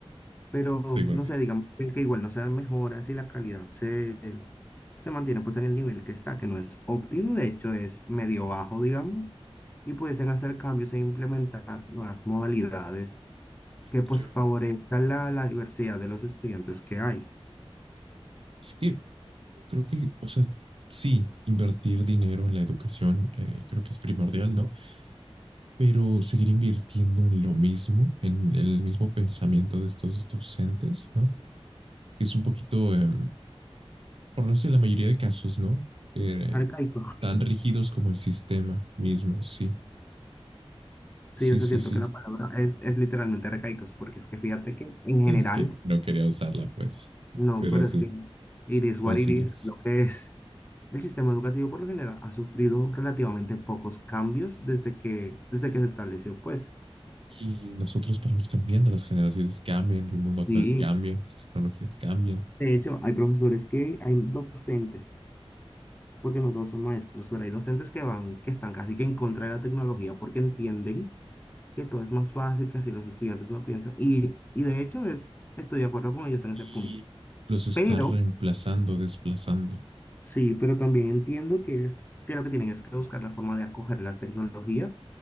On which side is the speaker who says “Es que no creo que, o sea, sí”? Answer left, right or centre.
Right